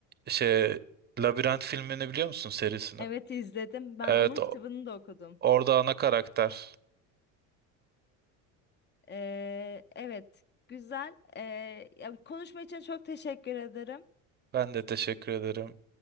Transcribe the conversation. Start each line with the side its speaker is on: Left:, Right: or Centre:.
Right: Şey Labirent filmini biliyor musun serisini?
Left: Evet izledim. Ben
Right: Evet
Left: onun
Right: o-
Left: kitabını da okudum.
Right: orada ana karakter.
Left: Ee, evet güzel. Ee, ya konuşma için çok teşekkür ederim.
Right: Ben de teşekkür ederim.